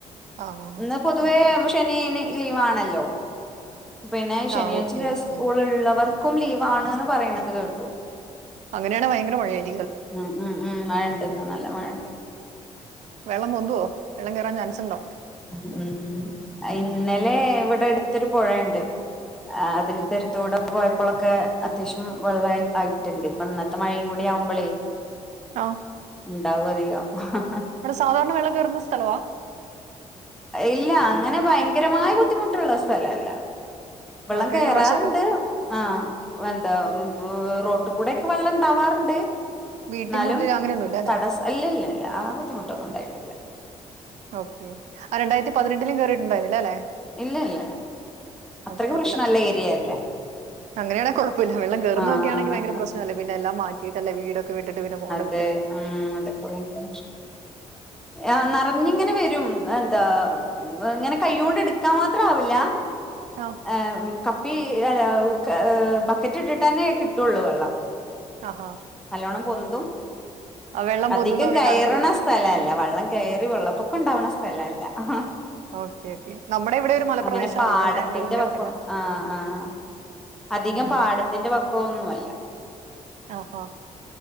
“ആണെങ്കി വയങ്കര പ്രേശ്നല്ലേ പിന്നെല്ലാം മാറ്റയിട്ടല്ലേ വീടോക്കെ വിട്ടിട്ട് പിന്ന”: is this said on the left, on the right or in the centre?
Right